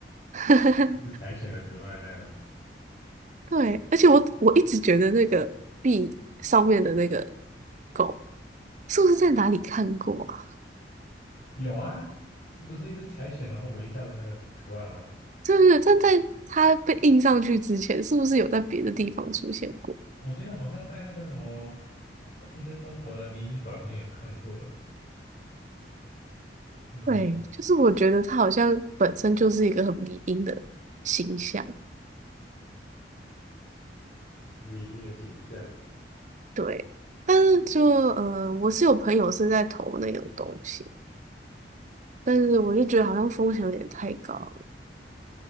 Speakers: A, on the right (about 45°); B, on the left (about 55°).
A: <laughs>
B: <laughs> 一只柴犬的图案那样子。
A: 对，而且我我一直觉得那个币上面的那个狗，是不是在哪里看过啊？
B: 有啊，是不是一只柴犬然后微笑的那个图案吗？
A: 对对对，但在它被印上去之前，是不是有在别的地方出现过？
B: 我觉得好像在那个什么一些中国的迷因短片有看过诶，那个迷
A: 对就是我觉得它好像本身就是一个很迷因的形象，
B: 迷机 <laughs> 的形象，
A: 对。但是就呃，我是有朋友是在投那种东西，
B: 哦，
A: 但是我就觉得好像风险有点太高了。